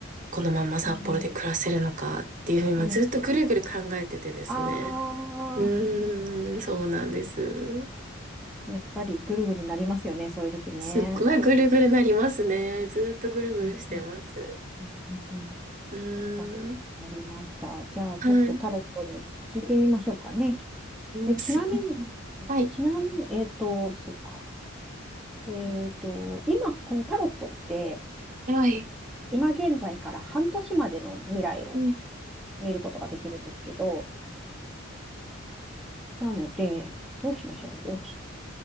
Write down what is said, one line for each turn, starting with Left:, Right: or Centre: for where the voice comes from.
Right: このまま札幌で暮らせるのかっていうふうに、
Centre: うん。
Right: まずっとぐるぐる考えててですね。
Centre: うん。あー
Right: うーん、そうなんです。
Centre: やっぱりぐるぐるなりますよね、そういう時ね。
Right: すっごいぐるぐるなりますね。ずっとぐるぐるしてます。
Centre: うんうんうんうんうん
Right: うーん。
Centre: わかりました。じゃあ、ちょっとタロットに聞いてみましょうかね。
Right: はい。うんすごい。
Centre: で、ちなみに、
Right: はい。
Centre: ちなみに、えっと、そうか。えっと、今、このタロットって、
Right: はい。
Centre: 今現在から半年までの未来を
Right: は
Centre: 見ることができるんですけど、なので、どうしましょう。お質